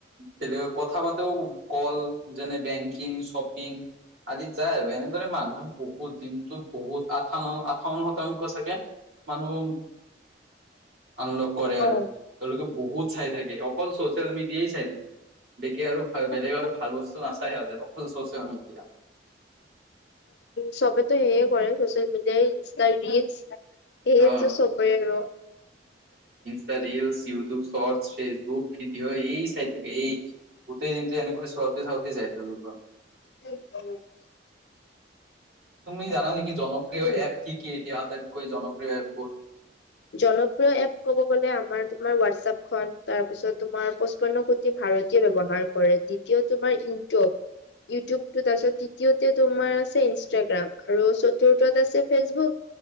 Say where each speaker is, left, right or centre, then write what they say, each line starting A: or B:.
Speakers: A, on the right; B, on the left.
A: বেলেগ কথা পাতিও- কল যেনে বেংকিং চপ- পিং আদি যায় আৰু এনেদৰে মানুহে বহুত দিনটোত- বহুত আঠা মান আঠাৱন শতাংশ চাগে মানুহ- আনলক কৰে আৰু।
B: অ।
A: তেওঁলোকে বহুত চাই থাকে অকল চচিয়েল মিডিয়াই চাই থাকে। বেকে আৰু বেলেগ
B: উম
A: আৰু ভাল বস্তু নাচায় আৰু অকল চচিয়েল মিডিয়া।
B: চবেতো সেয়ে কৰে ছ'চিয়েল মিডিয়াই ইনষ্টা ৰিলচ- এইটো
A: অ
B: চবে আৰু।
A: ইনষ্টাত ৰীলছ, ইউটিউব, চটছ ফেচবুক- কি এই চাই থাকে এই গোটেই দিনটো এনেকৈ চাওঁতে চাওঁতে যাই তেওঁলোকৰ।
B: উ অ',
A: তুমি জানা নেকি জনপ্ৰিয়
B: উম।
A: এপ কি কি এতিয়া আটাইতকৈ জনপ্ৰিয় এপবোৰ?
B: জনপ্ৰিয় এপ ক'ব গ'লে আমাৰ তোমাৰ হোৱাটছপ খ তাৰপিছত তোমাৰ পচপন্নো- ভাৰতীয় ব্যৱহাৰ কৰে। দ্বিতীয় তোমাৰ ইউটিউব। ইউটিউবটো তাৰপিছত তৃতীয়তে তোমাৰ আছে ইনষ্টাগ্ৰাম আৰু চতুৰ্থত আছে Facebook.